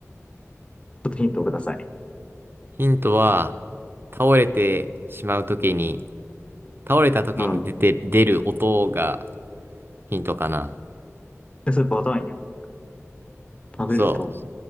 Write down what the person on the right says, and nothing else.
ヒントは、倒れてしまうときに、倒れたときに出て、
出る音がヒントかな。
そう。